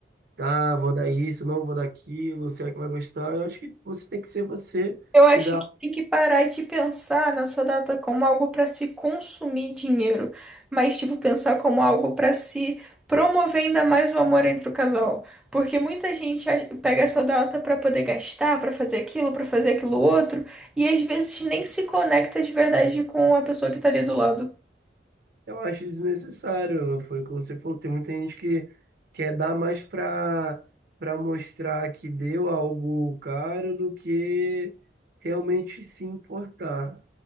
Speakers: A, on the right; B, in the centre.
A: ah, vou dar isso, não vou dar aquilo, será que vai gostar? Eu acho que você tem que ser você.
B: Eu acho
A: E dar
B: que tem que parar de pensar nessa data como algo para se consumir dinheiro, mas tipo pensar como algo para se promover ainda mais o amor entre o casal, porque muita gente a- pega essa data para poder gastar, para fazer aquilo, para fazer aquilo outro, e às vezes nem se conecta de verdade com a pessoa que tá ali do lado.
A: Eu acho desnecessário. Foi o que você falou. Tem muita gente que quer dar mais para para mostrar que deu algo caro do que realmente se importar.